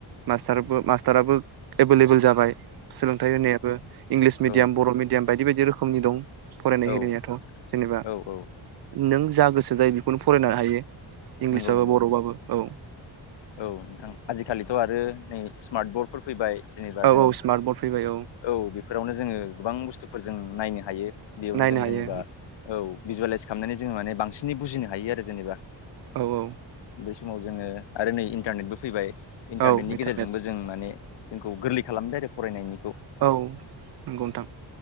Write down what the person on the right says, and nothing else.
मास्टार मास्टाराबो एभेलेबल जाबाय सोलोंथाइ होनाया बो इंलिस मिडियाम
बर' मिदियाम बायदि बायदि रोखोमनि दं । फरायनाय
होनायाथ' जेनेबा
नों जा गोसो जायो बेखौनो फरायनो हायो इंलिस
बाबो
बर'बाबो औ
औ
औ स्मार्ट बर्ड फैबाय
नायनो
हायो
औ औ
औ इन्टारनेट
औ नोंगौ नोंथां।